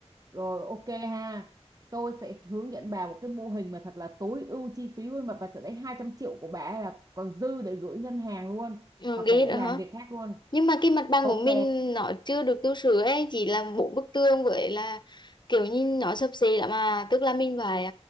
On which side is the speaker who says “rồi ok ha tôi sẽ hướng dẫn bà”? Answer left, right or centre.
Right